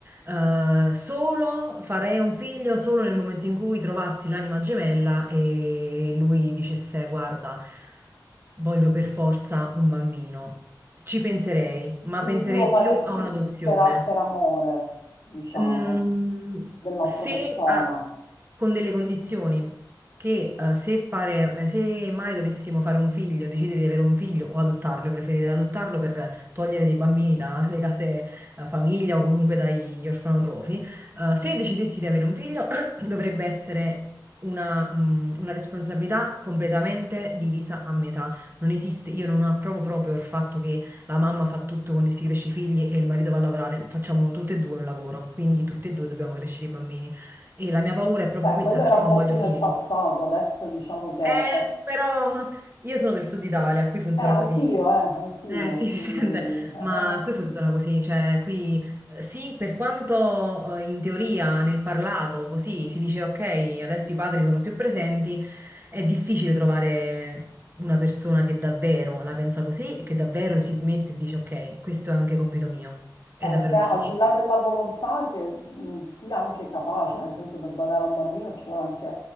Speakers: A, on the right; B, on the left.
A: Eh, solo farei un figlio solo nel momento in cui trovassi l'anima gemella e lui dicesse: Guarda, voglio per forza un bambino. Ci penserei, ma
B: Quindi
A: penserei
B: tu lo faresti
A: più a un'adozione.
B: per, a- per amore, diciamo,
A: Mm,
B: dell'altra
A: se
B: persona.
A: a- con delle condizioni che eh, se fare, eh, se mai dovessimo fare un figlio, decidere di avere un figlio o adottarlo, io preferirei adottarlo per togliere dei bambini dalle case eh, famiglia o comunque dagli orfanotrofi. Eh, se decidessi di avere un figlio, <clears throat> dovrebbe essere una, mm, una responsabilità completamente divisa a metà. Non esiste, io non approvo proprio il fatto che la mamma fa tutto con si cresce i figli e il marito va a lavorare, facciamo tutte e due un lavoro, quindi tutte e due dobbiamo crescere i bambini. E la mia paura è proprio
B: Beh,
A: questa,
B: quello
A: perciò
B: era un
A: non
B: po'
A: voglio
B: più nel
A: figli.
B: passato, adesso diciamo che
A: Eh,
B: è
A: però io sono del sud Italia, qui funziona
B: Eh, anch'io,
A: così.
B: eh, anch'io,
A: Eh sì, <laughs> si
B: quindi
A: sente,
B: <laughs>
A: ma qui funziona così, cioè qui eh, sì, per quanto eh, in teoria nel parlato così si dice ok, adesso i padri sono più presenti, è difficile trovare una persona che davvero la pensa così e che davvero si mette e dice ok, questo è anche compito mio. È
B: eh,
A: davvero
B: che
A: difficile.
B: al di là della volontà che mh, sia anche capace, nel senso per badare a un bambino ci vuole anche